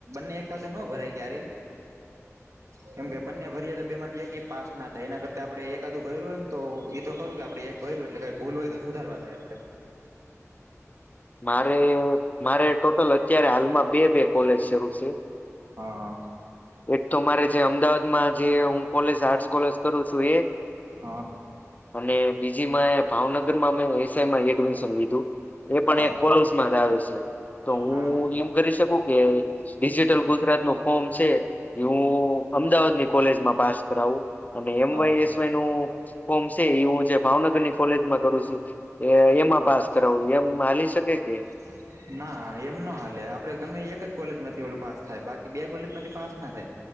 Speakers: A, on the right (about 70°); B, on the left (about 30°).
A: ને એક સાથે ન ભરાય ક્યારેય. કેમ કે બ રીએ તો બે માંથી એકય પાસ ના થાય. એના કરતા આપડે એકાદું ભર્યું હોય ન તો એ તો ખરું કે આપડે એક ભયર્યું એટલે કઈ ભૂલ હોય તો સુધારવા થાય આપડે.
B: મારે, મારે ટોટલ અત્યારે હાલમાં બે-બે કોલેજ શરૂ છે.
A: હઅ.
B: એક તો મારે જે અમદાવાદમાં જે હું કોલેજ આર્ટસ કોલેજ કરું છું એ.
A: હા
B: અને બીજીમાં ભાવન ગરમાં મે એસઆઈમાં એડમિશન લીધું. એ પણ
A: હા
B: એક
A: હા
B: કોરલસમાં જ આવે છે. તો હું
A: હા
B: એમ કરી શકું કે ડિજિટલ ગુજરાતનું ફોર્મ છે એ હું અમદાવાદની કોલેજમાં પાસ કરાવું અને એમવાયએસવાયનું
A: હા
B: ફોર્મ શે એ હું જે ભાવનગરની કોલેજમાં કરું છું. એ એમાં પાસ કરાવું
A: ના,
B: એમ હાલી શકે કે
A: એમ ન હાલે આપડે ગમે એ એક જ કોલેજમાં માંથી ઓલુ પાસ થાય. બાકી બે કોલેજમાંથી પાસ ના થાય.